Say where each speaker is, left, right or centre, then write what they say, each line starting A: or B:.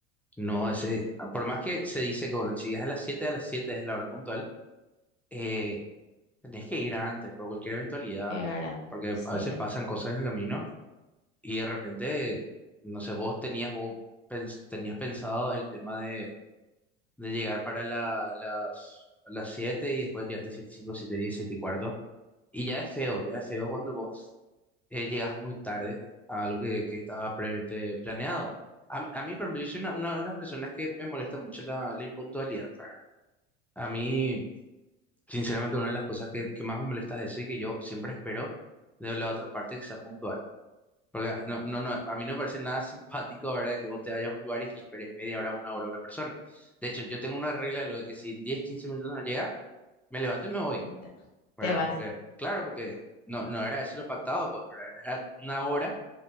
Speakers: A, in the centre; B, on the left.
A: No, ese, por más que se dice que, bueno, si es a las 7 a las 7 es la hora puntual, eh, tenés que ir antes por cualquier eventualidad,
B: Que,
A: ¿verdad?
B: ¿verdad?
A: Porque
B: Sí,
A: a veces pasan cosas en el camino Y de repente, no sé, vos tenías, vos pens- tenías pensado el tema de, de llegar para la- las, las 7 y después llegaste 7 y 5 7 y 10, 7 y cuarto. Y ya es feo, ya es feo cuando vos eh, llegas muy tarde a algo que, que estaba previamente planeado. A, mí, a mí, por ejemplo, yo soy una, una de las personas que me molesta mucho la, la impuntualidad, ¿verdad? A mí, sinceramente, una de las cosas que, que más me molesta es eso y que yo siempre espero de la otra parte que sea puntual. Porque ah, no, no, no, a mí no me parece nada simpático, ¿verdad? Que vos te vayas a un lugar y le esperes media hora, una hora a una persona. De hecho, yo tengo una regla de lo de que si en 10, 15 minutos no llega, me levanto y me voy,
B: te
A: ¿verdad?
B: te vas.
A: Porque, claro, porque no, no era eso lo pactado, pues, ¿verdad? Era una hora